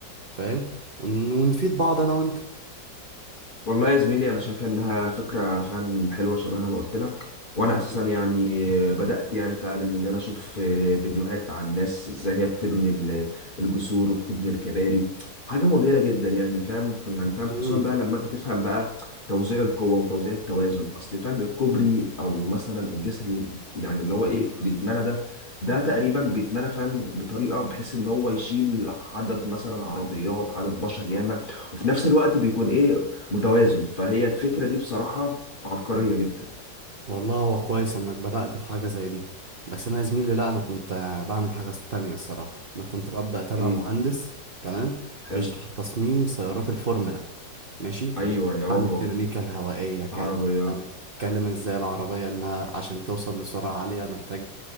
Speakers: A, on the right; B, on the left.
A: فاهم ون- ونفيد بعض انا وانت
B: والله يا زميلي انا شايف انها فكره فاهم حلوه شبه انا ما قلت لك وانا
A: مم.
B: اساسا يعني بدات يعني فعلا ان انا اشوف فيديوهات عن الناس ازاي هي بتبني ال- الجسور وبتبني الكباري حاجه مبهره جدا يعني فاهم يعني فاهم خصوصا
A: مم.
B: بقى لما انت تفهم بقى توزيع القوه وتوزيع التوازن اصل فاهم الكوبري او مثلا الجسر اللي يعني اللي هو ايه اللي يتمنى ده ده تقريبا بيتمنى فاهم بطريقه بحيث ان هو يشيل عدد مثلا عربيات عدد بشر ياما وفي نفس الوقت بيكون ايه متوازن فهي الفكرة دي بصراحة عبقرية جدا
A: والله هو كويس انك بدأت في حاجة زي دي بس انا يا زميلي لا انا كنت آه، بعمل حاجة تانية الصراحة انا كنت ببدأ اتابع
B: ايه
A: مهندس تمام
B: حلو
A: بيشرح تصميم سيارات الفورمولا ماشي
B: ايوه
A: بيحكي
B: يابا
A: عن الديناميكا الهوائية كأن
B: عربيات
A: كان اتكلم ازاي العربية انها عشان توصل لسرعة عالية محتاج